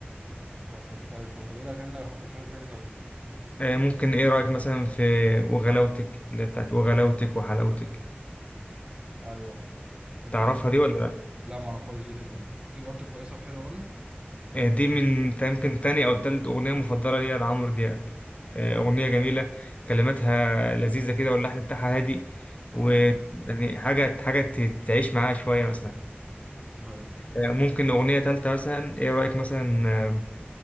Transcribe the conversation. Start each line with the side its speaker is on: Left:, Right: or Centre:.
Right: طب كو- طب كويس والله طب ايه الاغاني اللي حبيتها له تاني طيب
Left: آه، ممكن إيه رأيك مثلا في وغلاوتك اللي هي بتاعت وغلاوتك وحلاوتك
Right: ايوه ايوه طب
Left: تعرفها
Right: دي
Left: دي ولا لأ؟
Right: لا ما اعرفهاش دي دي برضه كويسه وحلوه برضه
Left: آه، دي من تا- يمكن تاني أو تالت أغنية مفضلة ليا لعمرو دياب آه،
Right: أيوة.
Left: أغنية جميلة كلماتها لذيذة كده واللحن بتاعها هادي
Right: اه
Left: ويعني حاجة حاجة ت- تعيش معاها شوية مثلا
Right: ايوه أيوة.
Left: آه، ممكن أغنية تالتة مثلا إيه رأيك مثلا آه،